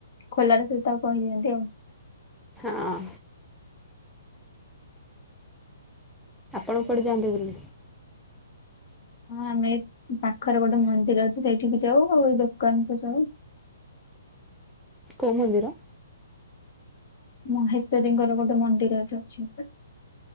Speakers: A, on the left; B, in the centre.
A: ଖୋଲା ରେ ତାକୁ ସବୁ କହିଦିଅନ୍ତି ଆଉ।
B: ହଁ। ଆପଣ କୁଆଡେ ଯାଆନ୍ତି ବୁଲି?
A: ହଁ ଆମେ ଏ ପାଖରେ ଗୋଟେ ମନ୍ଦିର ଅଛି ସେଇଠିକି ଯାଉ ଆଉ ଏ ଦୋକାନ କୁ ଯାଉ।
B: କେଉ ମନ୍ଦିର?
A: ମହେଶ୍ଵରୀଙ୍କର ଗୋଟେ ମନ୍ଦିର ଏଠି ଅଛି।